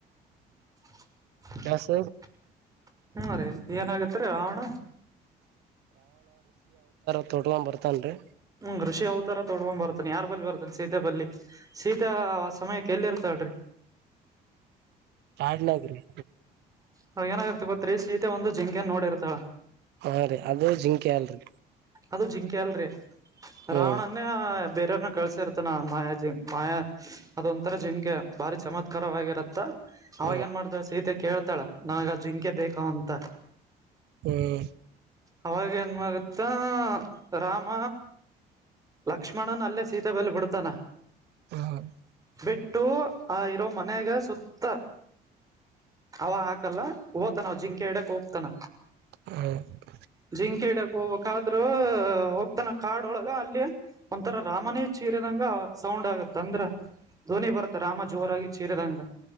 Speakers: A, on the right; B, on the right.
A: <inaudible>
B: ಕೆಲ್ಸ
A: ಹ್ಮ್ ರೀ ಏನಾಗುತ್ತೆ ಎ ರಾವಣ
B: ತೊಟಕೊ ಬರ್ತಾನನ್ ರೀ
A: ಹ್ಮ ಋಷಿ ಅವತರ ತೊಡ್ಕೊಂಡ್ ಬರ್ತನ ಯಾರ್ ಬಲ್ಲಿಬರ್ತನ್ ಸೀತ ಬಲ್ಲಿ ಸೀತಾ ಆ ಸಮಯಕ್ಕೆ ಎಲ್ಲಿ ಇರ್ತಾಳಿರಿ
B: ಹಾಡ್ಲಗ್ರಿ
A: ಅವಗ ಏನಾಗಿರ್ತಿ ಗೊತ್ತ ರಿ ಸೀತೆ ಒಂದು ಜಿಂಕೆನ್ ನೋಡಿರ್ತಳ
B: ಹಾ ರೀ ಅದು ಜಿಂಕೆ ಅಲ್ರಿ
A: ಅದು ಜಿಂಕೆ ಅಲ್ರಿ
B: ಹ್ಮ್
A: ರಾವಣನ್ನೇ ಬೇರೆ ದೇವ್ರ್ ನ ಕಳಸಿರ್ತ್ತಾನ ಮಾಯ ಜಿ ಮಾಯಾ ಅದೊಂಂತರ ಜಿಂಕೆ ಬಾರಿ ಚಮತ್ಕಾರವಾಗಿರುತ್ತಾ ಅವಾಗ
B: ಹ್ಮ್
A: ಏನ್ ಮಾಡತವ ಸೀತೆ ಕೇಳ್ತಾಳ ನಾವಾಗ ಜಿಂಕೆ ಬೇಕ ಅಂತ
B: ಹ್ಮ್
A: ಅವಾಗ ಏನಗುತ್ತ ರಾಮ ಲಕ್ಷ್ಮಣನ ಅಲ್ಲೇ ಸೀತ ಬಲ್ಲೆ ಬಿಡ್ತಾನ
B: ಹಾ ಹ <inaudible>
A: ಬಿಟ್ಟು ಆ ಇರೋ ಮನೆಗ ಸುತ್ತ ಅವ ಹಾಕಲ್ಲ ಹೋತಾನ ಅವ ಜಿಂಕೆ ಇಡ್ಯಾಕ್ ಹೋಗತಾನ
B: ಹ
A: ಜಿಂಕೆ ಇಡ್ಯಾಕ್ ಹೋಗಬೇಕಾದ್ರೂ ಹೋಗ್ತಾನ ಕಾಡೊಳಗ ಅಲ್ಲಿ ಒಂಂತರ ರಾಮನೇ ಚೀರಿದಂಗ ಸೌಂಡ್ ಆಗತ್ತ ಅಂದ್ರ ಧ್ವನಿ ಬರತ್ತ ರಾಮ ಜೋರಾಗಿ ಚೀರಿದಂಗ